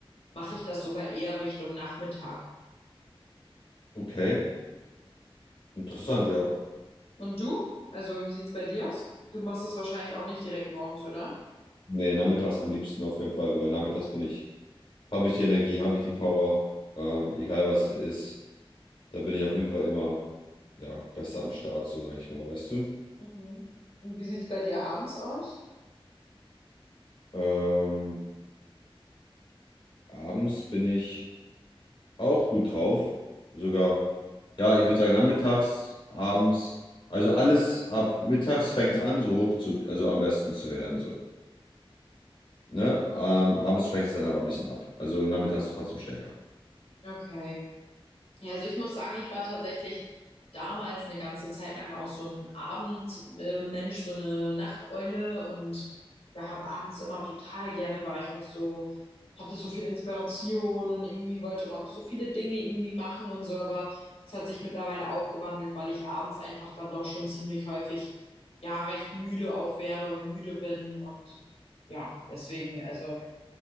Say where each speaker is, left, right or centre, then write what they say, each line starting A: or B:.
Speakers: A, on the left; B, on the left.
A: mache ich das sogar eher Richtung Nachmittag.
B: Okay, interessant, ja.
A: Und du? Also wie sieht's bei dir aus? Du machst das wahrscheinlich auch nicht direkt morgens, oder?
B: Nee, nachmittags am liebsten auf jeden Fall, weil nachmittags bin ich, habe ich die Energie, habe ich die Power, ähm, egal was es ist, da bin ich auf jeden Fall immer, ja, besser am Start, so sage ich mal, weißt du?
A: Mhm. Und wie sieht's bei dir abends aus?
B: Ähm, abends bin ich auch gut drauf. Sogar, ja, ich würde sagen, nachmittags, abends. Also alles ab mittags fängt es an, so hoch zu, also am besten zu werden, so. Ne? Ähm, abends schwächt es dann aber ein bisschen ab. Also nachmittags trotzdem stärker.
A: Okay. Ja, also ich muss sagen, ich war tatsächlich damals eine ganze Zeit lang auch so ein Abendmensch, so eine Nachteule und ja, habe abends immer total gerne war ich noch so, hatte so viel Inspiration und irgendwie wollte immer noch so viele Dinge irgendwie machen und so, aber es hat sich mittlerweile auch gewandelt, weil ich abends einfach dann doch schon ziemlich häufig ja recht müde auch werde und müde bin und ja, deswegen, also